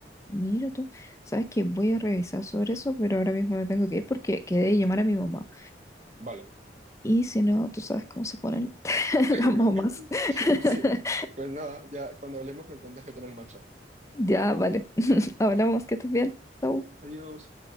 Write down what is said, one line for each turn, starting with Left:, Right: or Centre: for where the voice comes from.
Left: Mira tú, sabes que voy a revisar sobre eso, pero ahora mismo me tengo que ir porque quedé de llamar a mi mamá.
Right: Vale.
Left: Y si no, tú sabes cómo se ponen <laughs>
Right: <laughs>
Left: las mamás. <laughs>
Right: Sí, pues nada, ya cuando hablemos me cuentas qué tal el matcha.
Left: Ya, vale. <laughs> Hablamos, que estés bien. Chau.
Right: Adiós.